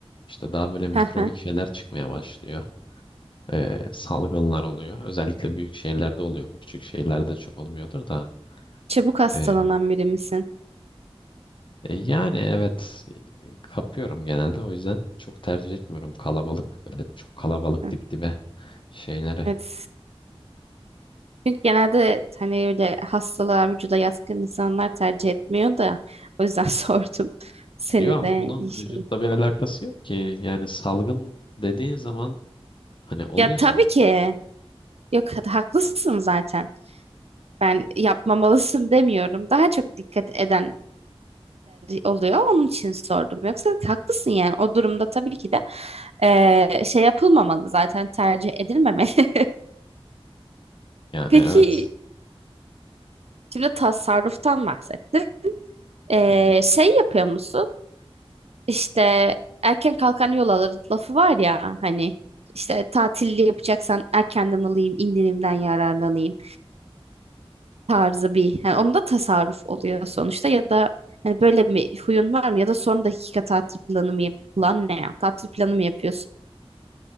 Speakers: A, on the left; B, on the right.
A: işte daha böyle mikrobik
B: Hı hı.
A: şeyler çıkmaya başlıyor. e, salgınlar oluyor. Özellikle büyük şehirlerde oluyor. Bu küçük şehirlerde çok olmuyordur da.
B: Çabuk hastalanan
A: E,
B: biri misin?
A: E, yani evet e, e, kapıyorum genelde. O yüzden çok tercih etmiyorum kalabalık böyle çok kalabalık
B: Hı.
A: dip dibe şeylere.
B: Evet. Çünkü genelde hani öyle hastalığa vücuda yatkın insanlar tercih etmiyor da o yüzden <laughs> sordum seni
A: Yok
B: de
A: ama bunun
B: iyi şey.
A: vücutla bir alakası yok ki. Yani salgın dediğin zaman hani oluyorsun.
B: Ya tabii ki. Yok ha- haklısın zaten. Ben yapmamalısın demiyorum. Daha çok dikkat edenler oluyor. Onun için sordum. Yoksa haklısın yani. O durumda tabii ki de eee, şey yapılmamalı zaten tercih edilmemeli.
A: Yani
B: <laughs> Peki
A: evet.
B: şimdi tasarruftan bahsettik. Ee,
A: Hı hı.
B: şey yapıyor musun? İşte erken kalkan yol alır lafı var ya hani işte tatilli yapacaksan erkenden alayım, indirimden yararlanayım tarzı bir. Yani onda tasarruf oluyor sonuçta ya da hani böyle bir huyun var mı ya da son dakika tatil planı mı yap plan ne ya? Tatil planı mı yapıyorsun?